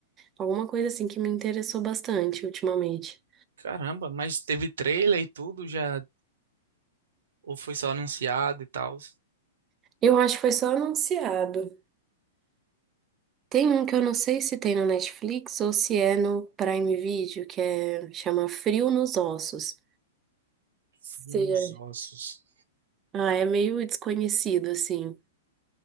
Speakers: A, on the right; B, on the right.
A: Alguma coisa assim que me interessou bastante ultimamente.
B: Caramba, mas teve trailer e tudo já? Ou foi só anunciado e tal?
A: Eu acho que foi só anunciado. Tem um que eu não sei se tem no Netflix ou se é no Prime Video, que é, chama Frio nos Ossos.
B: Frio
A: Seja,
B: nos ossos.
A: ah, é meio desconhecido, assim.